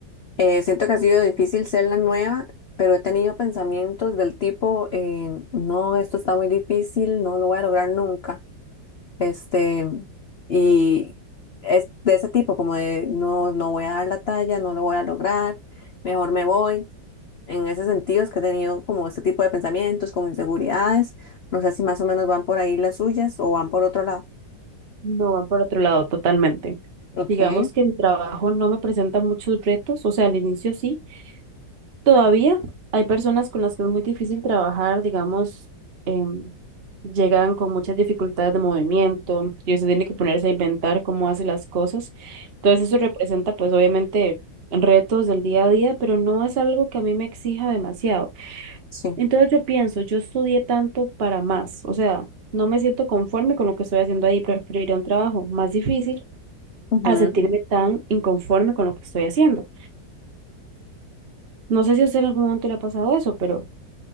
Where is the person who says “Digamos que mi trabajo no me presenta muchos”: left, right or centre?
Right